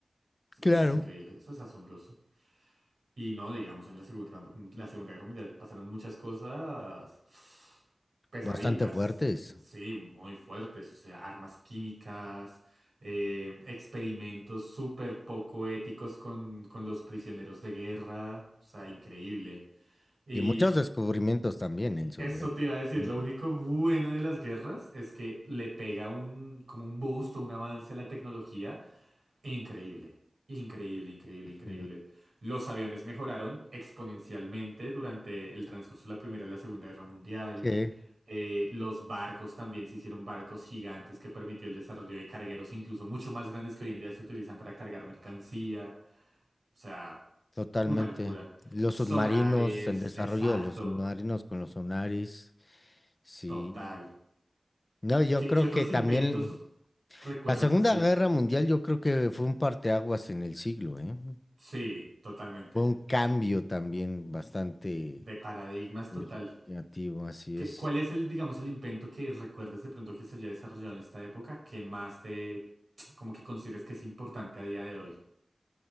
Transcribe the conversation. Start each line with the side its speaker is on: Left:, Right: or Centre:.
Left: Claro.
Right: Eso es increíble, eso es asombroso. Y no, digamos, en la Segunda, en la Segunda Guerra Mundial pasaron muchas cosas pesaditas,
Left: Bastante fuertes.
Right: sí, muy fuertes, o sea, armas químicas, eh, experimentos súper poco éticos con, con los prisioneros de guerra, o sea, increíble. Y
Left: Y muchos descubrimientos también en su
Right: eso
Left: web.
Right: te iba a decir,
Left: momento.
Right: lo único bueno de las guerras es que le pega un, como un boost o un avance a la tecnología Increíble, increíble, increíble, increíble.
Left: Ujú.
Right: Los aviones mejoraron exponencialmente durante el transcurso de la Primera y la Segunda Guerra Mundial.
Left: Sí,
Right: Eh, los barcos también se hicieron barcos gigantes que permitió el desarrollo de cargueros incluso mucho más grandes que hoy en día se utilizan para cargar mercancía. O sea,
Left: totalmente.
Right: una locura.
Left: Los
Right: Sonares,
Left: submarinos, el desarrollo
Right: exacto,
Left: de los submarinos con los sonares. Sí.
Right: total.
Left: No, yo
Right: ¿Qué,
Left: creo
Right: qué otros
Left: que también
Right: inventos recuerdas
Left: la Segunda
Right: así?
Left: Guerra Mundial, yo creo que fue un parteaguas en el siglo, ¿eh?
Right: Sí, totalmente.
Left: Fue un cambio también bastante
Right: De paradigmas
Left: significativo,
Right: total.
Left: así
Right: ¿Qué-
Left: es.
Right: cuál es el, digamos, el invento que recuerdes de pronto que se haya desarrollado en esta época que más te, como que consideres que es importante a día de hoy?